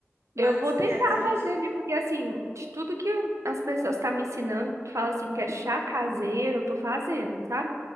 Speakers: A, on the right; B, on the right.
A: mas
B: Eu vou
A: assim,
B: tentar
A: é, a
B: fazer,
A: gente.
B: né? Porque assim, de tudo que eu- as pessoas estão me ensinando, que fala assim que é chá caseiro, eu tô fazendo, sabe?